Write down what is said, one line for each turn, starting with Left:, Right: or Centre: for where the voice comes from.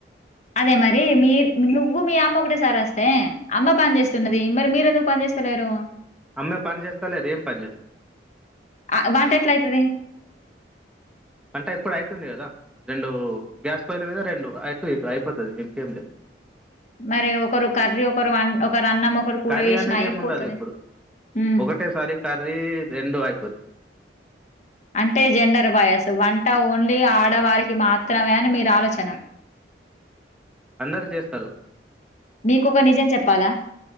Left: అదే మరి మీ నువ్వు మీ అమ్మ ఒకటేసారి వస్తే అమ్మ పని జేస్తున్నది మరి మీరెందుకు పని జేస్తలేరు
Centre: అమ్మే పని జేస్త లేద ఏం పని జే
Left: ఆహ్, వంటెట్లయితది?
Centre: అంటే ఇప్పుడు అయితుంది గదా రెండు గ్యాస్ పొయ్యిల మీద రెండు అటు ఇటు అయిపోతది ఇంకేం లేదు
Left: మరి ఒకరు కర్రీ ఒకరు అన్ ఒకరు అన్నం ఒకరు కూర
Centre: కర్రీ
Left: వేసినా
Centre: అనేది
Left: అయిపోతది
Centre: ఏమి ఉండదు ఇప్పుడు
Left: మ్మ్
Centre: ఒకటేసారి కర్రీ రెండు అయిపోతాయి
Left: అంటే జెండర్ వయస్ వంట ఓన్లీ ఆడవారికి మాత్రమే అని మీరు ఆలోచన
Centre: అందరు చేస్తారు
Left: నీకోక నిజం చెప్పాలా